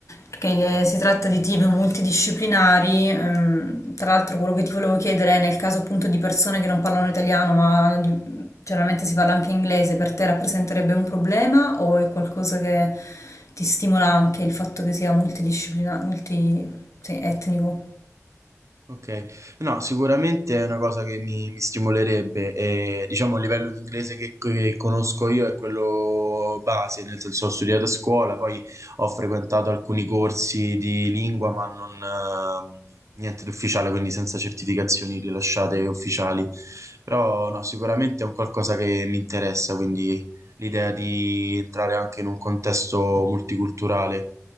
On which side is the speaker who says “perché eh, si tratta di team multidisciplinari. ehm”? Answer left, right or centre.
Left